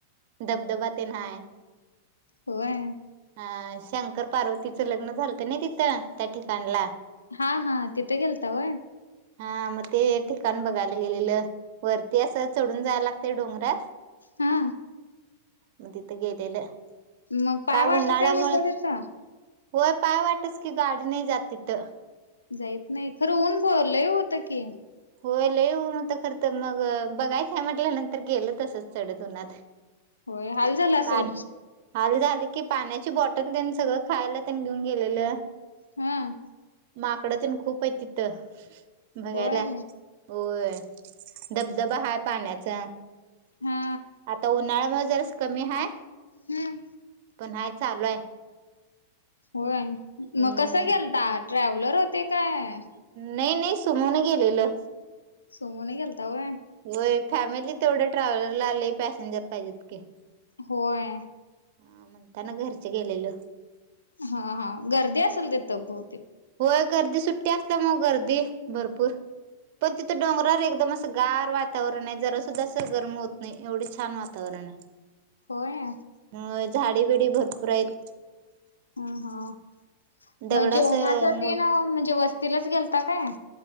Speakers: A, on the right (about 55°); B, on the left (about 85°).
A: धबधबा तेन हाय
B: होय.
A: हा, शंकर पार्वतीचं लग्न झालतं ना तिथं, त्या ठिकाणला.
B: हा हा, तिथ गेलता वय.
A: हा, मग ते ठिकाण बघायला गेलेलं. वरती असं चढून जायला लागतय डोंगरात
B: हा
A: मग तिथं गेलेलं
B: मग पाय
A: काय
B: वाटचं
A: उन्हाळ्यामुळं
B: आहे नुस्त तिथ?
A: होय, पाय वाटच की ग, गाडी नाही जात तिथं.
B: जाईत नाही, खरं ऊन भलंय <unintelligible> होतं की
A: होय लय ऊन हुतं, खर तर मग बघायचं हाय म्हटल्यानंतर गेल तसच चढत उन्हात.
B: होय, हाल झाल असल?
A: पाणी हाल झालं की, पाण्याची बॉटल त्यांनी सगळं खायला त्यांनी घेऊन गेलेलं.
B: हम्म!
A: माकडं तेन खूप आहे तिथं, बघायला.
B: होय
A: होय, धबधबा हाय पाण्याचा
B: हा
A: आता उन्हाळ्यामुळ जरासं कमी हाय
B: हम्म
A: पण हाय, चालू हाय.
B: होय,
A: हम्म
B: मग कसं गेलता? ट्रॅव्हलर होते काय
A: नाही नाही, सुमने गेलेलं.
B: सुमोने गेलता होय
A: होय, फॅमिली तेवढं ट्रॅव्हलरला आले पॅसेंजर पाहिजेत की.
B: होय.
A: हा, म्हणताना घरचे गेलेल.
B: हा हा गर्दी असेल तिथं बहुतेक
A: होय गर्दी सुट्टी असल्यामुळ गर्दी भरपूर पण तिथं डोंगरावर एकदम असं गार वातावरण आहे जरा सुद्धा असं गरम होत नाही एवढे छान वातावरण हाय. <inaudible>
B: होय.
A: होय झाडी बिडी भरपूर आहीत.
B: ह हो
A: दगड
B: म जेवणासाठी
A: असं मोठ
B: तेन म्हणजे वस्तीलाच घेलता काय?